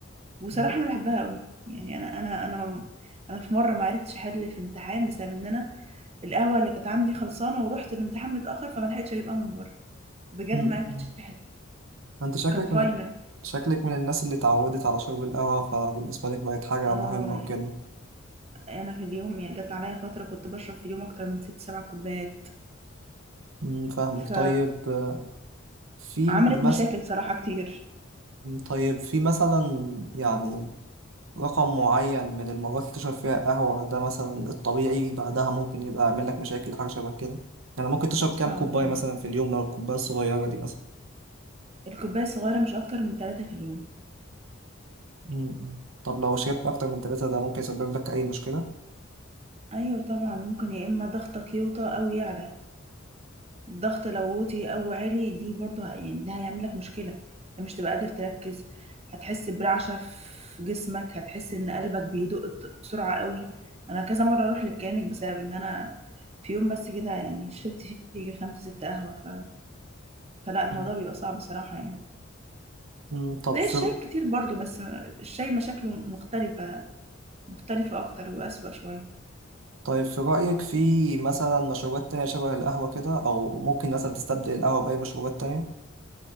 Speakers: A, on the right (about 30°); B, on the right (about 80°).
A: وصراحة
B: م-
A: أنا بحبها قوي يعني أنا أنا أنا أنا في مرة ما عرفتش أحل في امتحان بسبب إن أنا القهوة اللي كانت عندي خلصانة ورحت الامتحان متأخر فما لحقتش أجيبها من بره بجد
B: م-
A: ما عرفتش أحل
B: ما أنت شكلك
A: وكان فاينل
B: من شكلك من الناس اللي اتعودت على شرب القهوة فبالنسبة لك بقت حاجة
A: اه
B: مهمة
A: يعني
B: وكده
A: أنا في اليوم يعني جت عليا فترة كنت بشرب في اليوم أكتر من ست سبع كوبايات
B: م، فاهمك
A: ف...
B: طيب آه، في
A: فعملت
B: مثلا
A: مشاكل صراحة كتير
B: طيب في مثلا يعني رقم معين من المرات اللي تشرب فيها قهوة ده مثلا الطبيعي بعدها ممكن يبقى يعمل لك مشاكل حاجة شبه كده يعني ممكن تشرب كام
A: اه
B: كوباية
A: يعني
B: مثلا في اليوم لو الكوباية الصغيرة دي مثلا
A: الكوباية الصغيرة مش أكتر من ثلاثة في اليوم
B: مم. طب لو شربت أكتر من ثلاثة ده ممكن يسبب لك أي مشكلة؟
A: أيوة طبعا ممكن يا إما ضغطك يوطى أو يعلى الضغط لو وطي أو عالي دي برضو ه- يعني ده هيعملك مشكلة انت مش تبقى قادر تركز هتحس برعشة في جسمك هتحس إن قلبك بيدق بت- بسرعة قوي أنا كذا مرة أروح للكلينيك بسبب إن أنا في يوم بس كده يعني شربت فيه يجي خمسة ستة قهوة ف... فلا الموضوع
B: مم.
A: بيبقى صعب بصراحة يعني
B: مم. طب
A: زي
B: في
A: الشاي كتير برضو بس الشاي مشاكله مختلفة مختلفة أكتر وأسوأ شوية
B: طيب في رأيك في مثلا مشروبات تانية شبه القهوة كده أو ممكن مثلا تستبدل القهوة بأي مشروبات تانية؟